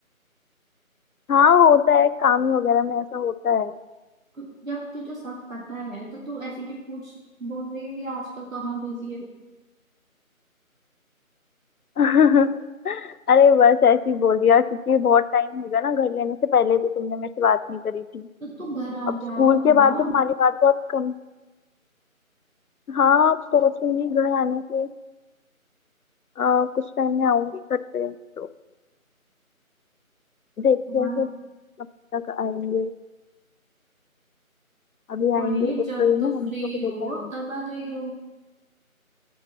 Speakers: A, on the left (about 85°); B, on the right (about 65°).
A: हाँ होता है काम वगैरह में ऐसा होता है
B: तो जब तुझे सब पता है तो तू ऐसे क्यों पूछ बोल रही है कि आजकल कहाँ बिजी है
A: <laughs> अरे बस ऐसे ही बोल दिया क्योंकि बहुत टाइम हो गया ना घर लेने से पहले भी तुमने मेरे से बात नहीं करी थी
B: तो तू घर आ
A: अब
B: जाया
A: स्कूल
B: कर
A: के बाद
B: ना
A: तो हमारी बात बहुत कम हाँ अब सोचूंगी घर आने के अ, कुछ टाइम में आऊंगी घर पे तो देखते
B: हाँ
A: हैं फिर कब तक आएंगे अभी
B: कोई
A: आएंगे
B: नहीं
A: एक
B: जब
A: तो ये
B: तू
A: ना हम
B: फ्री
A: लोग को लेकर
B: हो
A: आएंगे
B: तब आ जाइयो